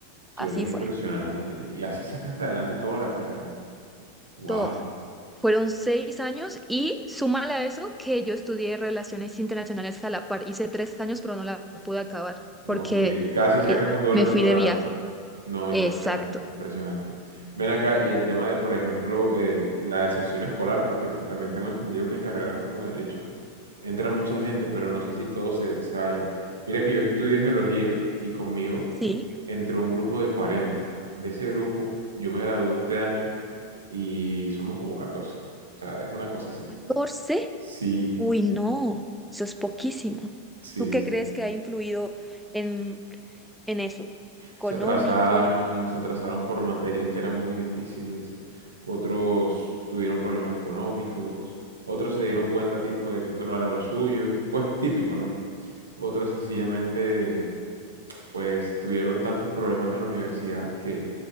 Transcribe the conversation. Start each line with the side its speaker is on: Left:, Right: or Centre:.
Right: Tú
Centre: Así
Right: eres impresionante.
Centre: fue.
Right: Y así sacaste adelante toda la carrera. Wow.
Centre: Toda. Fueron seis años y súmale a eso que yo estudié relaciones internacionales a la par. Hice tres años, pero no la pude acabar porque
Right: Ok, casi
Centre: eh,
Right: sacas un doble
Centre: me
Right: programa.
Centre: fui de viaje.
Right: No, impresionante,
Centre: Exacto.
Right: impresionante. Ven acá, y el tema de, por ejemplo, eh, la deserción escolar, porque pues también tengo entendido que en carreras como derecho entra mucha gente, pero no sé si todos se, se vayan. Mira que yo estudié geología y conmigo
Centre: Sí.
Right: entró un grupo de 40. De ese grupo, yo me gradué este año y somos como 14. O sea, es una cosa así.
Centre: 14.
Right: Sí,
Centre: Uy, no, eso es poquísimo.
Right: sí,
Centre: ¿Tú qué
Right: sí.
Centre: crees que ha influido en, en eso? ¿Económico?
Right: Se atrasaron, se atrasaron por materias que eran muy difíciles. Otros tuvieron problemas económicos. Otros se dieron cuenta a tiempo de que esto no era lo suyo. Pues típico, ¿no? Otros sencillamente, pues tuvieron tantos problemas en la universidad que